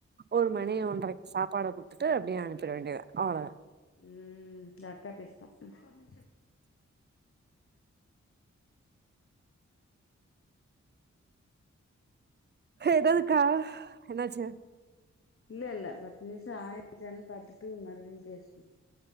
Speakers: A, on the right (about 35°); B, on the left (about 50°).
A: ஒரு மணி
B: ம்
A: ஒன்ரைக் சாப்பாட குடு த்துட்டு அப்டியே அனுப்பிட வேண்டியதா அவ்ளோதா
B: ம் இந்தா அக்கா பேசுதா ம்
A: எதாவதுக்கா என்னாச்சு
B: இல்ல இல்ல பத்து நிமிஷம் ஆயிடுச்சா பாத்துட்டு மறுபடி பேசு இல்ல இல்ல